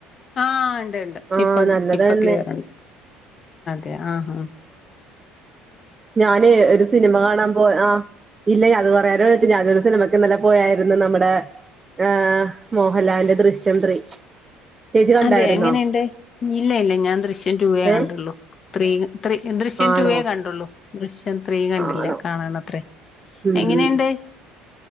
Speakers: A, on the left; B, on the right.
A: ആഹ് ഇണ്ട് ഇണ്ട്
B: ആ
A: ഇപ്പൊ
B: നല്ലത്
A: ഇപ്പൊ
B: തന്നെ
A: ക്ലിയർ ണ്ട് അതെ. ആഹ ആ
B: ഞാന് ഒരു സിനിമ കാണാൻ പോ ആ ഇല്ല അത് പറയാന വിൽ ഞാനൊരു സിനിമക്ക് ഇന്നല പോയാരുന്നു നമ്മടെ ഏ മോഹൻലാലിന്റെ ദൃശ്യം ത്രീ. ചേച്ചി കണ്ടായിരുന്നോ
A: അതെ എങ്ങനെണ്ട് ഇല്ല ഇല്ല ഞാൻ ദൃശ്യം റ്റൂവേ
B: ഏ
A: കണ്ടുള്ളു ത്രീ ക ത്രീ ദൃശ്യം
B: ആണോ
A: ടുവേ കണ്ടുള്ളു ദൃശ്യം ത്രീ കണ്ടില്ല
B: ആണോ
A: കാണണത്രേ
B: ഉം
A: എങ്ങനേണ്ട്